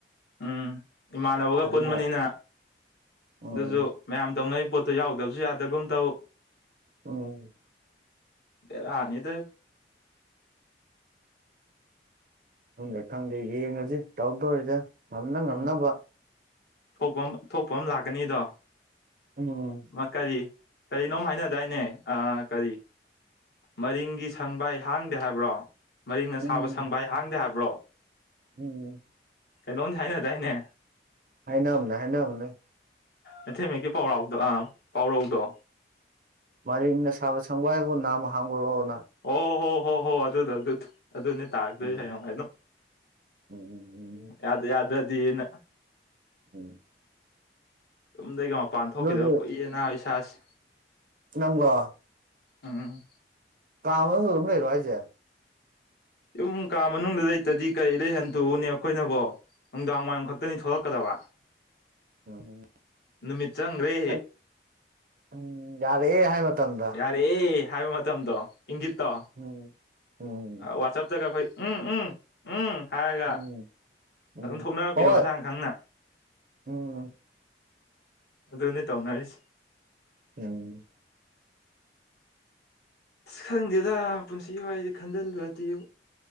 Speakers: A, on the left; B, on the right.
A: ꯎꯝ ꯏꯃꯥꯟꯅꯕꯒ
B: ꯑꯗꯨꯅ
A: ꯄꯨꯟꯕꯅꯤꯅ
B: ꯎꯝ
A: ꯑꯗꯨꯖꯨ꯫ ꯃꯌꯥꯝ ꯇꯧꯅꯩ ꯄꯣꯠꯇꯣ ꯌꯥꯎꯗꯕꯖꯨ ꯌꯥꯗꯒꯨꯝ ꯇꯧ꯫
B: ꯎꯝ
A: ꯕ‌ꯦꯔꯅꯤꯗ
B: ꯈꯪꯗꯦ ꯈꯪꯗꯦ ꯌꯦꯡꯉꯁꯤ ꯇꯧꯗꯧꯔꯤꯔ ꯉꯝꯅ ꯉꯝꯅꯕ
A: ꯎꯝ ꯊꯣꯛꯄ ꯑꯃ ꯊꯣꯛꯄ ꯑꯃ ꯂꯥꯛꯀꯅꯤꯗꯣ
B: ꯎꯝ
A: ꯑꯃꯥ ꯀꯔꯤ ꯀꯔꯤꯅꯣꯝ ꯍꯥꯏꯅꯗꯥꯏꯅꯦ ꯑꯥ ꯀꯔꯤ ꯃꯔꯤꯡꯒꯤ ꯁꯪꯕꯥꯏ ꯍꯥꯡꯗꯦ ꯍꯥꯏꯕ꯭ꯔꯣ ꯃꯔꯤꯡꯅ
B: ꯎꯝ
A: ꯁꯥꯕ ꯁꯪꯕꯥꯏ ꯍꯥꯡꯗꯦ ꯍꯥꯏꯕ꯭ꯔꯣ
B: ꯎꯝ
A: ꯀꯩꯅꯣꯝꯗꯤ ꯍꯥꯏꯅꯗꯥꯏꯅꯦ
B: ꯍꯥꯏꯅꯕꯅ‌ꯦ ꯍꯥꯏꯅꯕꯅ‌ꯦ
A: ꯃꯩꯇꯩ ꯃꯌ‌ꯦꯛꯀꯤ ꯄꯥꯎꯔꯥꯎꯗ ꯑ ꯄꯥꯎꯔꯧꯗꯣ
B: ꯃꯔꯤꯡꯅ ꯁꯥꯕ ꯁꯪꯕꯥꯏꯕꯨ ꯅꯥꯝꯃ ꯍꯥꯡꯕꯔ‌ꯣꯅ
A: ꯑꯣ ꯍꯣ ꯍꯣ ꯍꯣ ꯑꯗꯨꯗ‌ꯣ ꯑꯗꯨꯗ‌ꯣ ꯑꯗꯨꯅꯦ ꯇꯥꯔꯛꯇꯣꯏꯁ‌ꯦ
B: ꯎꯝ
A: ꯍꯌꯦꯡꯋꯥꯏ ꯑꯗꯨꯝ
B: ꯎꯝ ꯎꯝ ꯎꯝ
A: ꯌꯥꯗ ꯌꯥꯗ꯭ꯔꯗꯤꯅ
B: ꯎꯝ
A: ꯌꯨꯝꯗꯒꯤ ꯃꯄꯥꯟ ꯊꯣꯛꯈꯤꯗꯕ
B: ꯑꯗꯨꯗꯤ
A: ꯀꯨꯏꯔ‌ꯦꯅꯥ ꯏꯁꯥꯁꯦ
B: ꯅꯪꯂ‌ꯣ
A: ꯎꯝ
B: ꯀꯥ ꯃꯅꯨꯡꯗ ꯑꯗꯨꯝ ꯂꯩꯔ‌ꯣ ꯍꯥꯏꯁ‌ꯦ
A: ꯌꯨꯝ ꯀꯥ ꯃꯅꯨꯡꯗ ꯂꯩꯇꯗꯤ ꯀꯔꯤꯗ ꯍꯟꯇꯣꯛꯎꯅꯦ ꯑꯩꯈꯣꯏꯅꯕꯨ ꯅꯨꯡꯗꯥꯡ ꯋꯥꯏꯔꯝ ꯈꯛꯇꯅꯤ ꯊꯣꯛꯂꯛꯀꯗꯕ
B: ꯎꯝ
A: ꯅꯨꯃꯤꯠ ꯆꯪꯈ꯭ꯔꯦ
B: ꯑꯩ ꯎꯝ ꯌꯥꯔꯦꯍ‌ꯦ ꯍꯥꯏ ꯃꯇꯝꯗ
A: ꯌꯥꯔꯦꯍ‌ꯦ ꯍꯥꯏꯕ ꯃꯇꯝꯗꯣ ꯏꯪꯒꯤꯠꯇꯣ
B: ꯎꯝ ꯎꯝ
A: ꯋꯥꯆꯞꯇꯒ ꯑꯩꯈꯣꯏ ꯎꯝ ꯎꯝ ꯎꯝ ꯍꯥꯏꯔꯒ
B: ꯎꯝ ꯎꯝ
A: ꯑꯗꯨꯝ ꯊꯣꯛꯅꯔꯛꯄꯤꯗꯣ
B: ꯍꯣꯏ
A: ꯃꯁꯥꯅ ꯈꯪꯅ
B: ꯎꯝ
A: ꯑꯗꯨꯅ‌ꯦ ꯇꯧꯅꯔꯤꯁ‌ꯦ
B: ꯎꯝ
A: ꯑꯁ ꯈꯪꯗꯦꯗ ꯄꯨꯟꯁꯤꯒꯤ ꯋꯥꯔꯤꯁ‌ꯦ ꯈꯟꯖꯤꯜꯂꯨꯔꯗꯤ